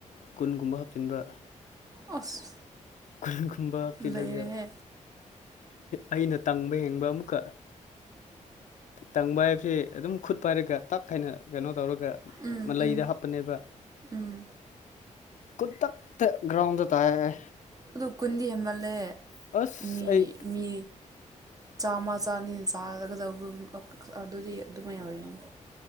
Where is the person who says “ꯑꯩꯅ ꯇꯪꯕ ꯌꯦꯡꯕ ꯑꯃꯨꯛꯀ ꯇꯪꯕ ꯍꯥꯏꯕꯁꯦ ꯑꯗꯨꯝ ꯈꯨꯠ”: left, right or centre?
Left